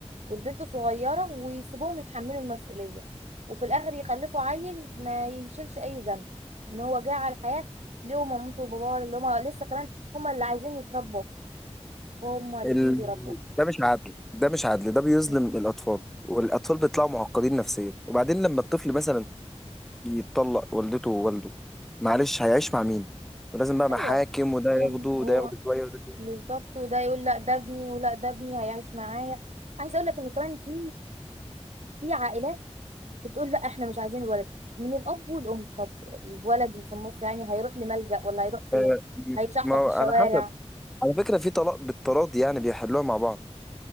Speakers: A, on the right (about 80°); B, in the centre.
A: والبنت صغيره ويسيبوهم يتحملوا المسؤوليه وفي الاخر يخلفوا عيل ما يشيلش اي ذنب ان هو جه على الحياه ليه مامته وباباه اللي هم لسه كمان هم اللي عايزين يتربوا هم الاتنين
B: ال...
A: بيربوا
B: ده مش عدل ده مش عدل ده بيظلم
A: مم.
B: الأطفال والأطفال بيطلعوا معقدين نفسيا وبعدين لما الطفل مثلا يتطلق والدته ووالده معلش هيعيش مع مين ولازم بقى محاكم
A: ايوه
B: وده ياخده
A: كان
B: وده
A: هو
B: ياخده شوية وده شوية
A: بالظبط وده يقول لا ده ابني ولا ده ابني هيعيش معايا عايزه اقول لك ان كمان في في عائلات بتقول لا احنا مش عايزين ولد من الاب والام طب الولد اللي في النص يعني هيروح لملجأ ولا هيروح فين
B: آه،
A: هيتشحطط
B: ما هو
A: في الشوارع
B: على حسب على فكرة في طلاق بالتراضي يعني بيحلوها مع بعض